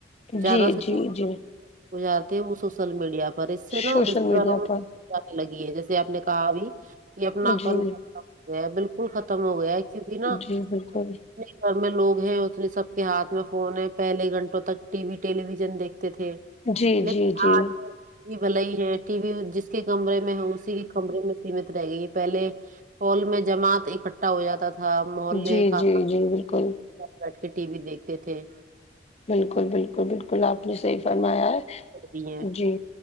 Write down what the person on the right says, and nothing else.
زیادہ
سے
زیادہ
وقت گزارتے ہیں شوشل میڈیا پر اس سے
نا رشتے
داروں میں
آنے لگی ہے جیسے آپ نے کہا ابھی کہ اپنا
پن ختم ہو گیا ہے بالکل ختم ہو گیا کیونکی نا
جتنے گھر میں لوگ ہیں اتنے سب کے ہاتھ میں فون ہیں پہلے گھنٹوں تک ٹی وی ٹیلی ویژن دیکھتے تھے
لیکن
آج ک و بھل ہی ہے ٹی وی جس کے کمرے میں ہو اسی کے کمرے میں سیمت رہ گئی ہے پہلے ہال میں جماعت اکٹھا ہو جاتا تھا تھا محلے
کھانا
بیٹھ کے ٹی وی دیکھتے تھے
دی ہیں